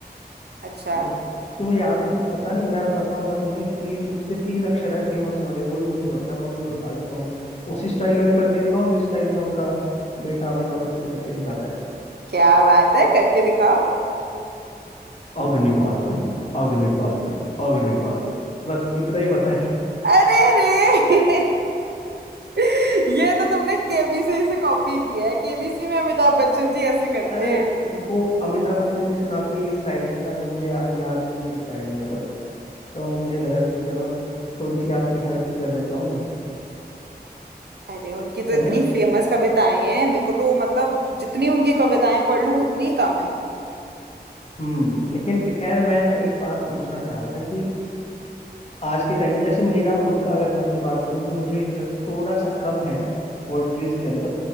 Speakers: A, on the right; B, on the left.
A: अच्छा
B: मत- तुम्हें याद न- पता नहीं मैं बताता हूँ ना तुम्हें तीन उसके तीन अक्षर है फेमस वाले वही मुझे पता है मैं वही बता देता हूँ उसी स्टाइल में करके दिखाऊं जिस स्टाइल में उनका बेटा अमिताभ बच्चन करके दिखाता है
A: क्या बात है करके दिखाओ
B: अग्निपथ अग्निपथ अग्निपथ बस इतना ही पता है
A: अरे रे <laughs> ये तो तुमने केबीसी से कॉपी किया है केबीसी में अमिताभ बच्चन जी ऐसे करते
B: अरे
A: हैं
B: वो अमिताभ बच्चन जी सुनाते ही इस स्टाइल में ना तो मुझे या, याद भी इसी स्टाइल में बस तो मुझे लगा कि चलो थोड़ी सी आपकी हेल्प ही कर देता हूँ
A: अरे उनकी तो
B: है
A: इतनी
B: ना
A: फेमस कविताएं हैं मेरे को तो मतलब जितनी उनकी कविताएं पढ़ लूं उतनी कम है
B: हम्म लेकिन खैर मैं एक बात पूछना चाह रहा था कि आज के टाइम में जैसे मेरा खुद का अगर मैं अपनी बात करूँ कि मुझे इंटरेस्ट थोड़ा सा कम है पोइट्रीज के अंदर